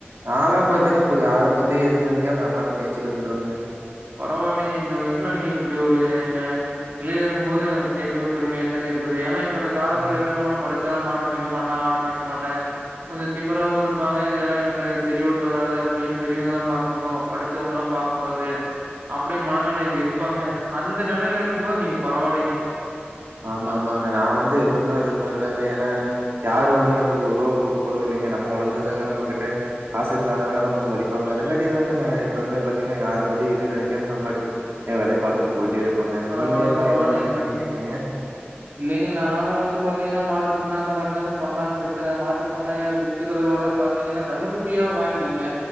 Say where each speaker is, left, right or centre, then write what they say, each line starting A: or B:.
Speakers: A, on the right (about 70°); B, on the right (about 50°).
A: நால்லா பாத்தீங்னா
B: அ
A: <unintelligible> யார பத்தி எது நெனைக்காம நா பாட்டுக் மேய்சிட் வந்துருவணுங்க
B: பரவால்லைங்க இந்த வயசுல நீங்க இப்டி ஒரு நெ நிலையில இருக்கும் போது கேட்கவே பெருமையா தாங்க இருக்குது ஏன்னா இப்பத்த காலத்துலேலா
A: ம்.
B: இருக்கவங்லா படிச்சா மாடு மேய்க மாட்டே ஆடு மேய்க மாட்டே கொஞ்சோ திமிறாவு இருப்பாங்க இதெல்லா எனக்கு செரிவட்டு வராது அப்டின் பெரியவங்கதா பாத்துக்குணு படிச்சவங்கெல்லா பாக் கூடாது அப்டின்னு மனநெலையில இருப்பாங்க அந்த நெலையில இருக்கும்போது நீங்க பரவாயில்லைங்க
A: ஆமா ஆமாங்க நா வந்து எப்பயுமே அது மாரிதாங்க ஏன்னா யாரு வந்து நம்மளுக்கு ஒரு ரூவா குடுக்க போறது இல்லைங்க நம்ம உழைச்சாதாங்க நம்ம கிட்ட காசு இருந்தா தாங்க நம்மள மதிப்பாங்க அதங் காட்டிதாங்க நா எப்பயுமே பாத்தீங்கன்னா யார பத்தியு எது நெனைக்காம நா பாட்டுக்கு ஏ வேலய பாத்துட்டு போயிட்டே இருப்பங்க
B: பரவால்ல,
A: நீங்க எல்லா
B: பரவாயில்லைங்க.
A: எந்த மாரி பண்ணிட்டு இருக்கீங்க
B: இல்லைங்க நானு வந்து பாத்தீங்கன்னா மாட்டுப்பண்ண அந்த மாரி தாங்க பண்ணலான்ட்டு இருக்கே மாட்டுப்பண்ணையா வைக்கிறத விட பாத்தீங்கன்னா கன்னுக்குட் டியா வாங்கிங்க